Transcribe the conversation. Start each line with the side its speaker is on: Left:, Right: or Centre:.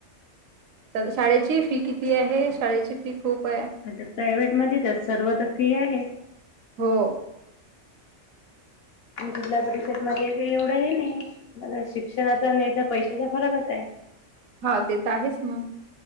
Right: शाळेची फी किती आहे? शाळेची फी- खूप आहे.
Left: आता प्रायव्हेट मध्ये तर सर्व तर फ्री आहे.
Right: हो
Left: जिल्हा परिषद मधे एवढं हे नाही. म शिक्षणाचा नि याचा पैशाचा फरकच आहे. <unintelligible>
Right: हा ते तर आहेच मग.